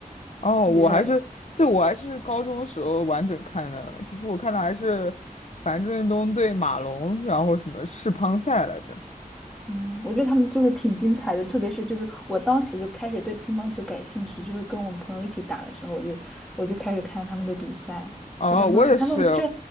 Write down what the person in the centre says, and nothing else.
我觉得，
嗯，我觉得他们就是挺精彩的，特别是就是我当时就开始对乒乓球感兴趣，就会跟我们朋友一起打的时候，我就我就开始看他们的比赛。
我的妈呀，
他们这，